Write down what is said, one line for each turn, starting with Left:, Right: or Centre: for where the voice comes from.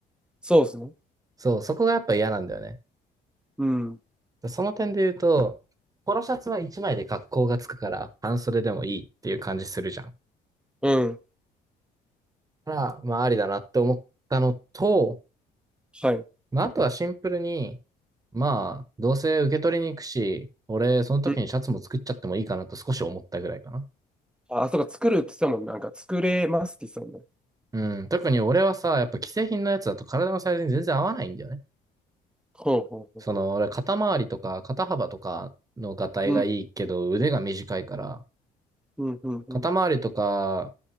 Centre: そうですね。
Right: そう、そこがやっぱ嫌なんだよね。
Centre: うん。
Right: その点で言うと、ポロシャツは1枚で格好がつくから、半袖でもいいっていう感じするじゃん。
Centre: うん。
Right: だから、まあありだなって思ったのと、
Centre: はい。
Right: まあ、あとはシンプルに、まあ、どうせ受け取りに行くし、俺、その時にシャツも作っちゃってもいいかなと少し思ったぐらいかな。
Centre: うん。あ、そうか、作るって言ってたもんね。なんか、作れますって言ってたもんね。
Right: うん、特に俺はさ、やっぱ既製品のやつだと体のサイズに全然合わないんだよね。
Centre: ほうほうほう。
Right: その、俺、肩周りとか肩幅とかのがたいがいいけど、
Centre: うん
Right: 腕が短いから、
Centre: うん、うん、
Right: 肩周りとか、
Centre: うん、